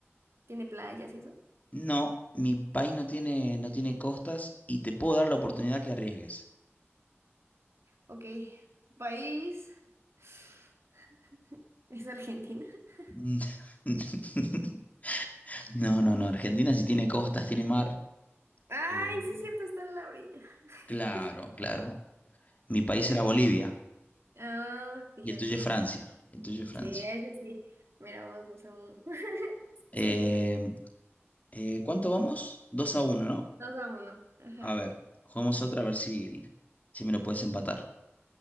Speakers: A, on the right; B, on the left.
A: tiene playas y eso.
B: No, mi país no tiene, no tiene costas y te puedo dar la oportunidad que arriesgues.
A: Ok, tu país <sighs> es Argentina. <laughs>
B: Mm. <laughs> No, no, no. Argentina sí tiene costas, tiene mar.
A: Ay,
B: Eh,
A: sí, es cierto, está en la orilla. <laughs>
B: Claro, claro. Mi país
A: Que,
B: era Bolivia
A: ah, fíjate.
B: y el tuyo es Francia. El tuyo es Francia.
A: Sí, ese sí. Mira, vamos dos a uno. <laughs>
B: Eh,
A: Sí, era
B: eh, ¿cuánto vamos? 2 a uno, ¿no?
A: dos a uno. Ajá.
B: A ver, jugamos otra a ver si, si me lo puedes empatar.